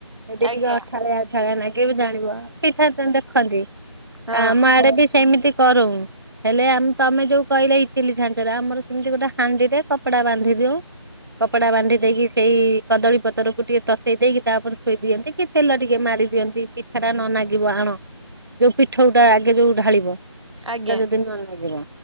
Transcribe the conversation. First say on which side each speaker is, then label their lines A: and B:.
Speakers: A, on the right; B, on the right.
A: ଯଦି
B: ଆଜ୍ଞା
A: ଟିକେ ଅଠାଲିଆ ପିଠା ନାଗିବ ଜାଣିବ ପିଠା ତ ଦେଖନ୍ତି
B: ହଁ
A: ଆମ ଆଡେ ବି ସେମିତି କରୁ। ହେଲେ ଆ ତମେ ଯୋଉ କହିଲେ ଇଟିଲି ଛାଞ୍ଚରେ ଆମର ସେମିତି ଗୋଟେ ହାଣ୍ଡିରେ କପଡା ବାନ୍ଧି ଦଉ କପଡା ବାନ୍ଧି ଦେଇକି ସେଇ କଦଳୀ ପତରକୁ ଟିକେ ତତେଇ ଦେଇକି ତା ଉପରେ ଥୋଇ ଦିଅନ୍ତି କି ତେଲ ଟିକେ ମାରି ଦିଅନ୍ତି ପିଠାଟା ନ ନାଗିବ ଆଣ ଯୋଉ ପିଠଉଟା ଆଗେ ଯୋଉ ଢାଳିବ
B: ଆଜ୍ଞା
A: ପିଠା ଯଦି ନଲାଗିବ।